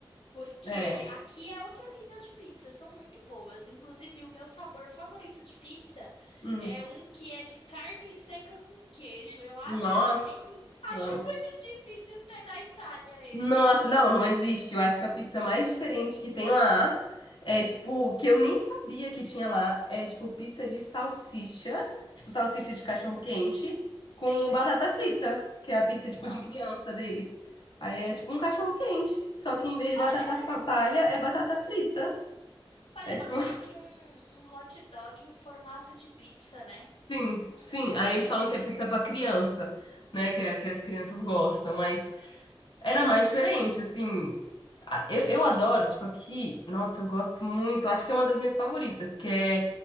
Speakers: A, on the left; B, on the left.
A: Porque
B: É.
A: aqui é outro nível de pizza, são muito boas. Inclusive, o meu sabor favorito de pizza
B: Hum.
A: é um que é de carne seca com queijo. Eu adoro.
B: Nossa.
A: Inclu Acho muito difícil ter na Itália este.
B: Nossa, não, não existe. Eu acho que a pizza mais diferente que tem lá é tipo, que eu nem sabia que tinha lá, é tipo pizza de salsicha, tipo salsicha
A: Hum,
B: de cachorro-quente
A: sim.
B: com batata frita, que é a pizza tipo
A: Nossa.
B: de criança deles. Aí é tipo um cachorro-quente, só que em vez de
A: Pare-
B: batata
A: é,
B: fa- palha é batata frita.
A: parece
B: É tipo,
A: meio
B: <laughs>
A: que um, um hot dog em formato de pizza, né?
B: sim, sim. Aí eles
A: <laughs>
B: falam que é pizza pra criança, né, que é, que as crianças gostam, mas era mais diferente, assim. Ah, Eu, eu adoro, tipo, aqui, nossa, eu gosto muito, acho que é uma das minhas favoritas, que é,